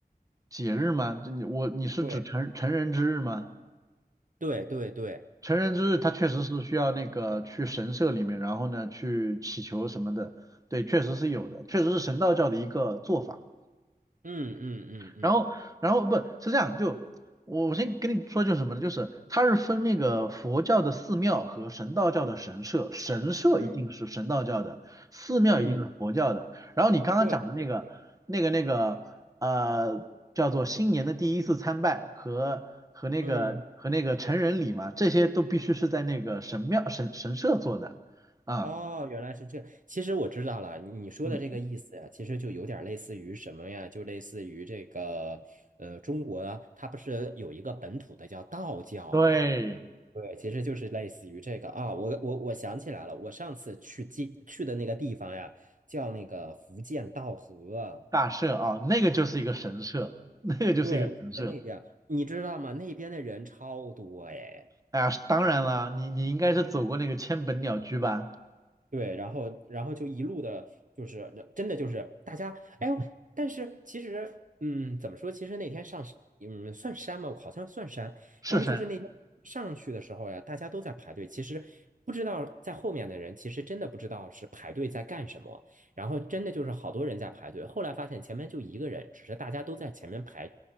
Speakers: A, on the right; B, on the right.
A: 节日吗？这你我你是指成成人之日吗？
B: 对，对，对，对，
A: 成人之日，他确实是需要那个去神社里面，然后呢去祈求什么的，对，确实是有的，确实是神道教的一个做法。
B: 嗯嗯嗯嗯
A: 然后，然后不是这样，就我我先跟你说就是什么呢？就是它是分那个佛教的寺庙和神道教的神社，神社一定是神道教的，
B: 嗯
A: 寺庙一定是佛教的。
B: 嗯，
A: 然后你刚刚讲的那个那个那个呃，
B: 对对，
A: 叫做新年的第一次参拜和和那个和那个成人礼嘛，
B: 嗯，
A: 这些都必须是在那个神庙神神社做的啊，
B: 哦，原来是这样其实我知道了，你说的这个意思呀，
A: 嗯，
B: 其实就有点类似于什么呀？就类似于这个呃，中国啊它不是有一个本土的叫道教嘛？
A: 对，
B: 对，其实就是类似于这个啊，我我我想起来了，我上次去记去的那个地方呀，叫那个福建道河，
A: 大社啊，那个就是一个神社，那个就是一个神社。
B: 对，在那边，你知道吗？那边的人超多哎。
A: 哎呀，当然了，你你应该是走过那个千本鸟居吧？
B: 对，然后然后就一路的，就是真的就是大家，哎呦，但是其实，嗯，怎么说？其实那天上山嗯，算山吗？我好像算山。
A: 是山。
B: 然后就是那天上去的时候呀，大家都在排队。其实不知道在后面的人，其实真的不知道是排队在干什么。然后真的就是好多人在排队。后来发现前面就一个人，只是大家都在前面排，